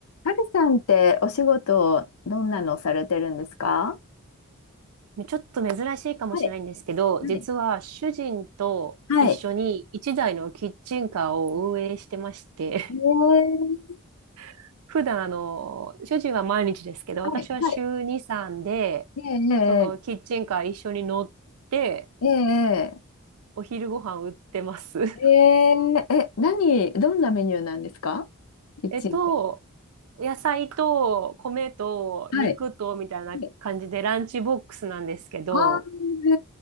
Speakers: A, on the left; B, on the right.
A: ハルさんってお仕事どんなのされてるんですか
B: ちょっと珍しいかもしれないんですけど、
A: はい、
B: 実は主人と一緒に一台のキッチンカーを運営してまして、
A: はい、はい。えー、
B: <laughs> 普段あの、主人は毎日ですけど、
A: はい、
B: 私は週2、
A: はい。
B: 3で、
A: ええ
B: そのキッチンカー一緒に乗って、
A: えええ
B: お昼ご飯売ってます。<laughs>
A: ええええ何、どんなメニューなんですかキッチンカ
B: えっと、野菜と米と肉とみたいな感じでランチボックスなんですけど、
A: ーはい。はいああー、